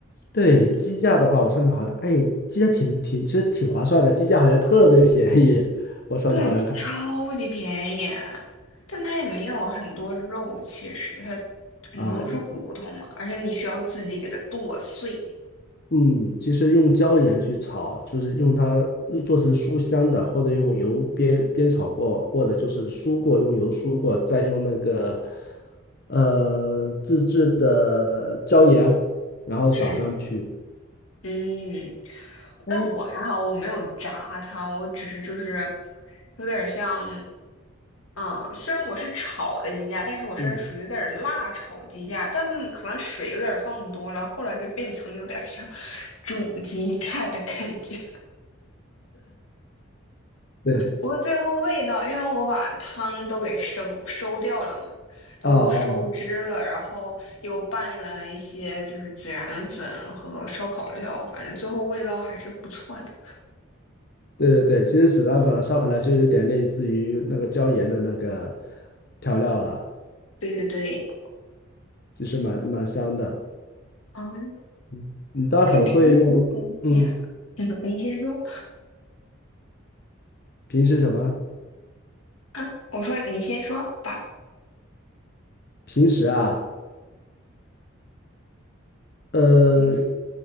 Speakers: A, on the left; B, on the left.
A: 对，
B: 嗯，
A: 鸡架的话，我上次好像，哎，鸡架挺挺其实挺划算的，鸡架好像特别便宜。我上次好像看
B: 对，超级便宜，但它也没有很多肉，其实它很多都是骨头嘛，
A: 啊，
B: 而且你需要自己给它剁碎。
A: 嗯，其实用椒盐去炒，就是用它做成酥香的，或者用油煸煸炒过，或者就是酥过，用油酥过，再用那个呃自制的椒盐，然后撒上去。
B: 嗯嗯，
A: 哎，
B: 但我还好，我没有炸它，我只是就是有点像。嗯，虽然我是炒的鸡架，但是我是属于有点儿辣炒鸡架，
A: 嗯，
B: 但可能水有点儿放多了，后来就变成有点儿像 <laughs> 煮鸡架的感觉。
A: 对，
B: 不过最后味道，因为我把汤都给收收掉了嘛，都收汁了，
A: 啊哦，
B: 然后又拌了一些就是孜然粉和烧烤料，反正最后味道还是不错的。
A: 对对对，其实孜然粉和烧烤来就有点类似于那个椒盐的那个调料了，
B: 对对对，
A: 其实蛮蛮香的。
B: 嗯，
A: 嗯你倒很会用，
B: 那你平时嗯呀，
A: 嗯，
B: <laughs> 你先说
A: 平时什么？
B: 啊，我说你先说吧。
A: 平时啊，呃，
B: 其实，